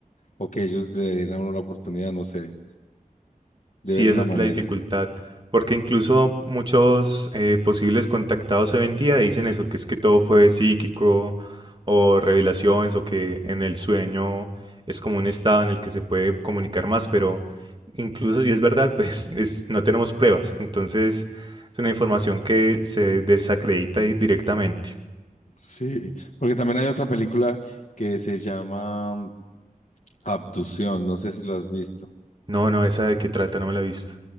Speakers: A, on the left; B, on the right.
A: o que ellos le den a uno la oportunidad, no sé,
B: Sí,
A: de ver
B: esa
A: una
B: es
A: manera.
B: la dificultad, porque incluso muchos eh, posibles contactados hoy en día dicen eso, que es que todo fue psíquico o revelaciones o que en el sueño es como un estado en el que se puede comunicar más, pero incluso si es verdad, <laughs> pues es- no tenemos pruebas, entonces es una información que se desacredita di- directamente.
A: Sí, porque también hay otra película que se llama mm, Abducción, no sé si lo has visto.
B: No, no, esa de qué trata, no me la he visto.